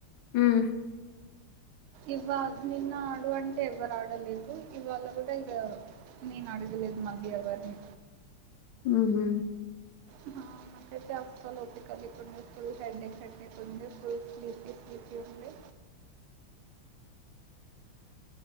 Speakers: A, on the left; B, on the right.
A: ఉమ్
B: ఇవా నిన్న ఆడు అంటే ఎవరు ఆడలేదు ఇవాళ కూడా ఇక నేను ఆడు దు మళ్లీ ఎవరిని
A: ఉహు
B: ఆ, నాకైతే అసలు ఓపిక లేకుండా ఫుల్ హెడేక్ హెడేక్ ఉంది ఫుల్ స్లీపీ స్లీపీ ఉంది
A: <inaudible>